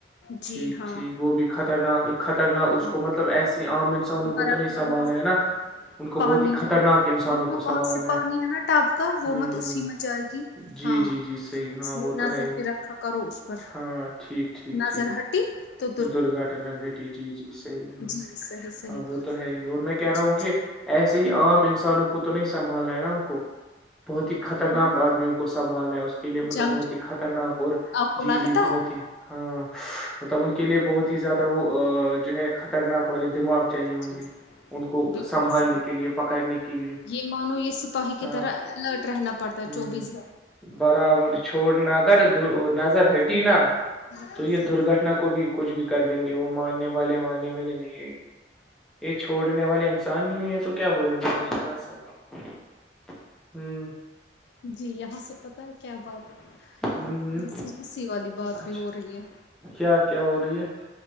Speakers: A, on the left; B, in the centre.
A: جی
B: ٹھیک
A: ہاں
B: ٹھیک وہ بھی خطرناک خطرناک
A: ہاں
B: اس کو مطلب ایسی عام انسانوں
A: برکا
B: کو تو نہیں سنبھالنا
A: وہاں
B: ہے
A: پر
B: نا ہ ان کو بہت
A: پانی
B: ہی خطرناک
A: ہے نا
B: انسانوں
A: ہاں ہاں،
B: کو
A: وہاں
B: سنبھالنا
A: سے
B: ہے
A: پانی
B: ہا
A: نا ٹاپ کا وہ
B: ہا
A: مت اسی میں جائے گی
B: جی
A: ہاں
B: جی جی صحیح ہاں
A: اس لیے
B: وہ تو
A: نظر
B: ہے ہی
A: پہ رکھا کرو اس پر
B: ہاں ٹھیک ٹھیک
A: نظر
B: ٹھیک
A: ہٹی تو
B: درگھٹنا گھٹی جی جی صحیح ہا
A: جی صحیح صحیح
B: ہاں وہ تو ہے ہی اور میں کہہ رہا
A: جی
B: ہوں کہ
A: جی
B: ایسے ہی
A: ہوں
B: عام انسانوں کو تو نہیں سنبھالنا ہے نا ان کو بہت ہی خطرناک
A: ہاں
B: آدمیوں کو سنبالنا ہے اس کے لیے مطلب
A: جنگ
B: بہت
A: جو
B: ہی خطرناک اور
A: آپ کو
B: جی
A: لگتا
B: جی بہت
A: ہے
B: ہی ہاں مطلب ان کے لیے بہت ہی زیادہ وہ جو ہے خطرناک والے دماغ چاہیے ہوں
A: جی
B: گے ان کو
A: جی بالکل
B: سنبھالنے
A: صحیح
B: کے لیے پکڑنے کے لیے
A: یہ مانو یہ سپاہی کی
B: ہاں
A: طرح الرٹ رہنا پڑتا ہے
B: ہم
A: چوبیس
B: برابر چھوڑ نہ کر نظر ہٹی نہا
A: گھنٹے
B: تو یہ درگھٹنا کو بھی کچھ بھی کر دیں گے وہ ماننے والے ماننے والے نہیں ہے یہ چھوڑنے والے انسان ہی نہیں ہے تو کیا بولیں گے اس کے سے ہوں
A: جی یہاں سے پتا ہے کیا بات ہے
B: ہ ہ
A: ہسی والی بات
B: اچھا
A: بھی ہو رہی ہے
B: کیا کیا ہو رہی ہے